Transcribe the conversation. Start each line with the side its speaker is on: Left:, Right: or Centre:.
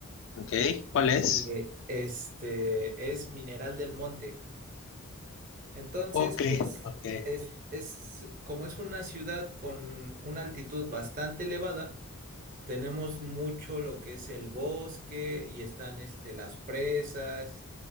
Left: Ok, ¿cuál es?
Right: y eh, este es Mineral del Monte. Entonces,
Left: Ok,
Right: pues
Left: ok.
Right: es, es como es una ciudad con una altitud bastante elevada, tenemos mucho lo que es el bosque y están este las presas.